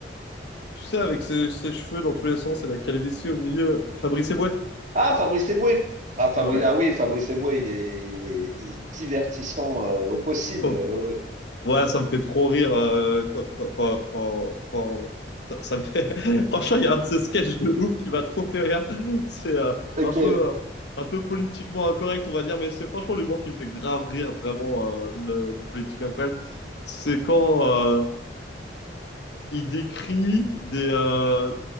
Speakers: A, on the left; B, on the right.
A: tu sais, avec ses, ses cheveux dans tous les sens et la calvitie au milieu, Fabrice Eboué.
B: Ah, Fabrice Eboué. Ah, Fabrice,
A: Ouais.
B: ah oui, Fabrice Eboué, il est, il est, il est divertissant euh, au possible.
A: Oh.
B: Ouais. ouais.
A: Ouais, ça me fait trop rire euh, quand, quand, quand, quand, quand- Ça, ça me fait... <laughs> Franchement, il y a un de ces sketchs de ouf qui m'a trop fait rire. C'est euh,
B: Ok.
A: un peu, euh, un peu politiquement incorrect, on va dire, mais c'est franchement l'humour qui me fait grave rire, vraiment, euh, le, le politique incorrect. C'est quand euh, il décrit des... euh,